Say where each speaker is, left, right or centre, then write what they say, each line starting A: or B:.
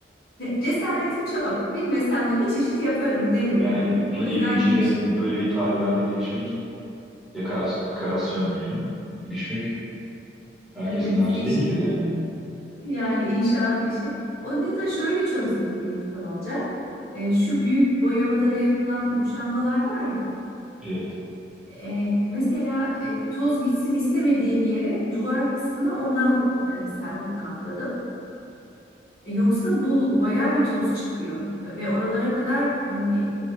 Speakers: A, on the left; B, in the centre.
A: cesaretim çok. Bilmesem de bir çeşit yaparım derim
B: Yani
A: yani.
B: bir
A: O yüzden
B: evin içinde
A: girişirim.
B: böyle bir tadilata girişmek dekorasyon, dekorasyon diyelim. Girişmek herkesin
A: Evet,
B: harcı
A: inş
B: değildir yani.
A: yani inşaat işi. Onu da şöyle çözdüm diyeyim sana olacak. şu büyük boya badana yapılan muşambalar var ya.
B: Evet.
A: E, mesela e, toz gitsin istemediğim yere duvar kısmına ondan e, serdim kapladım. E, yoksa bu bayağı bir toz çıkıyor ve oralara kadar hani